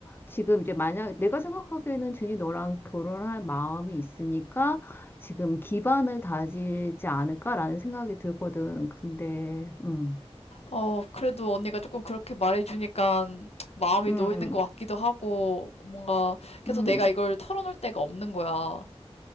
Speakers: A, on the left; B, on the left.
A: 지금 이제 만약 내가 생각하기에는 준이 너랑 결혼할 마음이 있으니까 지금 기반을 다지지 않을까라는 생각이 들거든. 근데, 음,
B: 어, 그래도 언니가 조금 그렇게 말해주니까 마음이
A: 음,
B: 놓이는 것 같기도 하고, 뭔가 계속
A: 음,
B: 내가 이걸 털어놓을 데가 없는 거야.